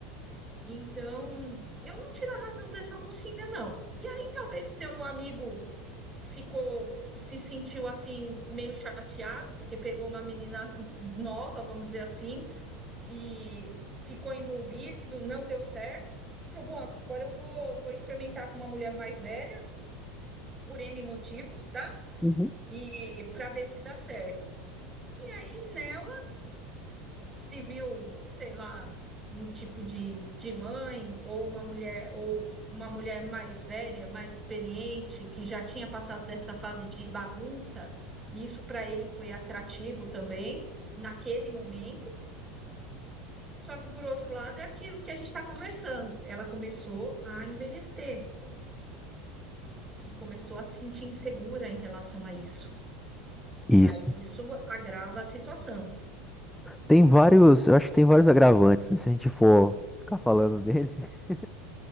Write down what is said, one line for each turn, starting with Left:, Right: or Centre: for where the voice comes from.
Right: Então, eu não tiro a razão dessa mocinha, não. E aí, talvez teu amigo ficou, se sentiu assim, meio chateado, porque pegou uma menina <laughs> nova, vamos dizer assim, e ficou envolvido, não deu certo. Falou, bom, agora eu vou, vou experimentar com uma mulher mais velha, por N motivos, tá?
Centre: Uhum.
Right: E para ver se dá certo. E nela se viu, sei lá, um tipo de, de mãe ou uma mulher ou uma mulher mais velha, mais experiente, que já tinha passado dessa fase de bagunça, e isso para ele foi atrativo também naquele momento. Só que, por outro lado, é aquilo que a gente está conversando. Ela começou a envelhecer e começou a se sentir insegura em relação a isso. E
Centre: Isso.
Right: aí isso agrava a situação.
Centre: Tem vários, eu acho que tem vários agravantes, né? Se a gente for ficar falando dele, <laughs>